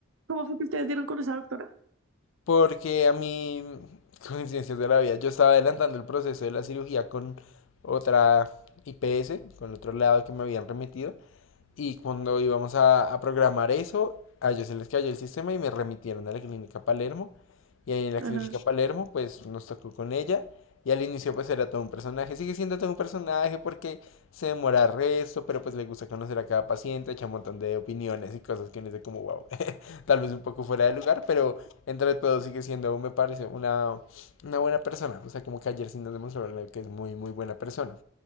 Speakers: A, on the right; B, on the left.
A: ¿Cómo fue que ustedes dieron con esa doctora?
B: Porque a mí, <laughs> coincidencias de la vida, yo estaba adelantando el proceso de la cirugía con otra IPS, con otro lado que me habían remitido. Y cuando íbamos a, a programar eso, a ellos se les cayó el sistema y me remitieron a la clínica Palermo. Y ahí en la
A: Ajá.
B: clínica Palermo, pues nos tocó con ella. Y al inicio pues era todo un personaje. Sigue siendo todo un personaje porque se demora resto, pero pues le gusta conocer a cada paciente, echa un montón de opiniones y cosas que uno dice como wow, <laughs> tal vez un poco fuera de lugar, pero entre todo sigue siendo, me parece, una, una buena persona. O sea, como que ayer sí nos demostraron que es muy, muy buena persona